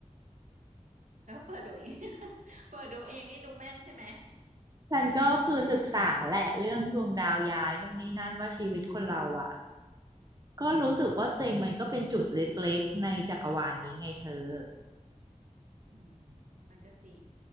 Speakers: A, on the right (about 80°); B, on the right (about 30°).
A: แล้วเปิดดูเอง <laughs> เปิดดูเองนี่ดูแม่นใช่ไหม
B: ฉันก็คือศึกษาแหละเรื่องดวงดาวย้ายนู่นนี่นั่นว่าชีวิตคนเราอ่ะก็รู้สึกว่าตัวเองมันก็เป็นจุดเล็กๆในจักรวาลนี้ไงเธอ
A: อืมมันก็จริง